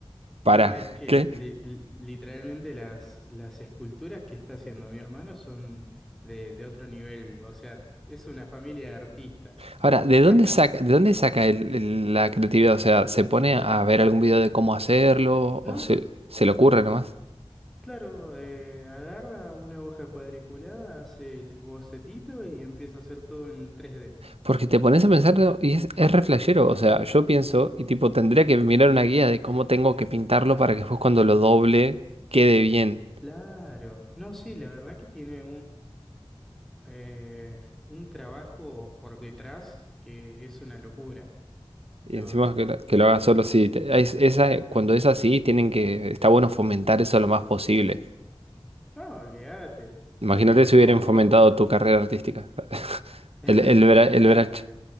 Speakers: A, on the right; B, in the centre.
A: ¿Para
B: No, es que
A: qué?
B: li- li- literalmente las, las esculturas que está haciendo mi hermano son de, de otro nivel. O sea, es una familia de artistas.
A: Ahora, ¿de
B: <laughs>
A: dónde saca, de dónde saca el- el- la creatividad? O sea, ¿se pone a ver algún video de cómo hacerlo?
B: No,
A: ¿O se, se le ocurre nomás?
B: claro, eh, agarra una hoja cuadriculada, hace el bocetito y empieza a hacer todo en tres d
A: Porque te pones a pensarlo y es, es re flashero. O sea, yo pienso y tipo, tendría que mirar una guía de cómo tengo que pintarlo para que después cuando lo doble quede bien.
B: Claro. No, sí, la verdad que tiene eh, un trabajo por detrás que es una locura.
A: Y
B: Lo,
A: encima
B: lo-
A: que lo, que lo haga solo, sí. te- es- esa, cuando es así, tienen que, está bueno fomentar eso lo más posible.
B: No, olvídate.
A: Imagínate
B: Yo,
A: si hubieran
B: vos,
A: fomentado
B: vos-
A: tu carrera artística. <laughs>
B: <laughs>
A: El, el, bra- el
B: ca-
A: bracho,